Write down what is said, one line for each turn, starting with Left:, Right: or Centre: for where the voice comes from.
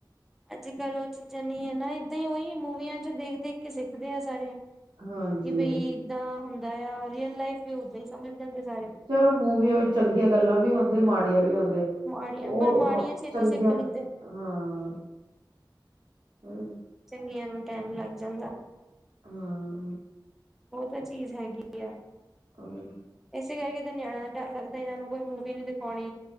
Centre: ਅੱਜ ਕੱਲ ਉਹ ਚੀਜ਼ਾਂ ਨਹੀਂ ਹੈ ਨਾ, ਏਦਾਂ ਹੀ ਉਹੀ ਮੂਵੀਆਂ ਚ ਦੇਖ ਦੇਖ ਕੇ ਸਿੱਖਦੇ ਆ ਸਾਰੇ ਕਿ
Right: ਹਾਂਜੀ
Centre: ਬਈ ਏਦਾਂ ਹੁੰਦਾ ਆ ਰੀਅਲ ਲਾਈਫ ਵੀ ਓਦਾਂ ਹੀ ਸਮਝ ਲੈਂਦੇ ਸਾਰੇ
Right: ਚਲੋ ਮੂਵੀ ਆ ਚੰਗੀਆਂ ਗੱਲਾਂ ਵੀ ਆਉਂਦੀ, ਮਾੜੀਆਂ ਵੀ ਆਉਦੇ
Centre: ਮਾੜੀਆਂ
Right: ਉਹ
Centre: ਪਰ ਮਾੜੀਆਂ ਛੇਤੀ
Right: ਚੰਗੀਆਂ,
Centre: ਸਿੱਖ ਲੈਂਦੇ
Right: ਹਾਂ ਹੂ
Centre: ਚੰਗੀਆਂ ਨੂੰ ਟੈਮ ਲੱਗ ਜਾਂਦਾ
Right: ਹਾਂ
Centre: ਉਹ ਤਾਂ ਚੀਜ਼ ਹੈਗੀ ਆ
Right: ਹਰ
Centre: ਇਸੇ ਕਰਕੇ ਤੇ ਨਿਆਣਿਆਂ ਦਾ ਡਰ ਲੱਗਦਾ ਇਹਨਾਂ ਨੂੰ ਕੋਈ ਮੂਵੀ ਨੀ ਦਿਖਾਉਣੀ